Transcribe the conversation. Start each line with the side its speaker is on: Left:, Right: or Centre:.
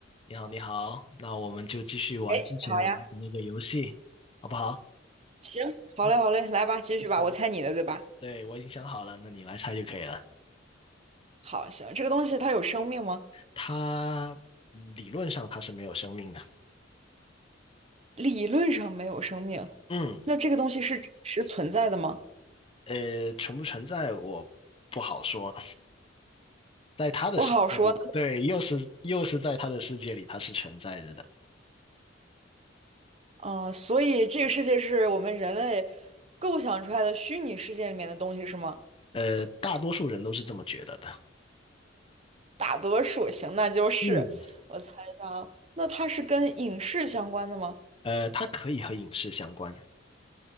Left: 你好，你好，那我们就继续玩之前玩的那个游戏，
Right: 哎，好呀，
Left: 好不好？
Right: 行，好嘞，
Left: 嗯，
Right: 好嘞，来吧，继续吧，
Left: 我想，
Right: 我猜你的，对吧？
Left: 对，我已经想好了，那你来猜就可以了。
Right: 好，行，这个东西它有生命吗？
Left: 它嗯理论上它是没有生命的，
Right: 理论上没有生命，
Left: 嗯，
Right: 那这个东西是真实存在的吗？
Left: 呃，存不存在我不好说，在它的世界里，
Right: 不好说，
Left: 对，又是又是在它的世界里，它是存在着的，
Right: 嗯、呃所以这个世界是我们人类构想出来的虚拟世界里面的东西是吗？
Left: 呃，大多数人都是这么觉得的，
Right: 大多数，行，那就是，
Left: 嗯，
Right: 我猜一下啊，那它是跟影视相关的吗？
Left: 呃，它可以和影视相关，